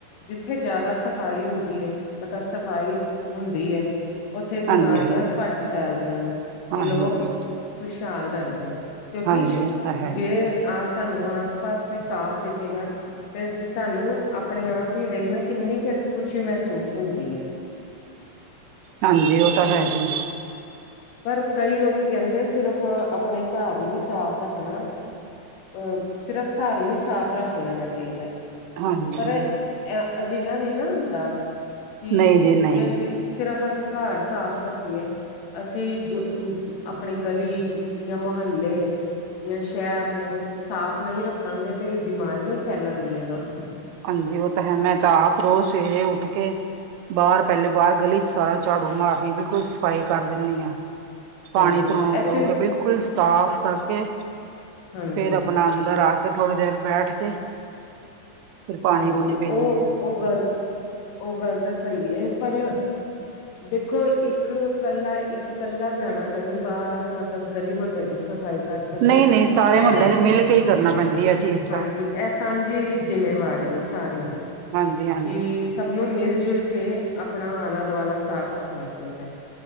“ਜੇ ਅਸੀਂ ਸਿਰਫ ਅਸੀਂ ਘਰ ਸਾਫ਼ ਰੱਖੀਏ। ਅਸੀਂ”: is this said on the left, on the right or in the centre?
Left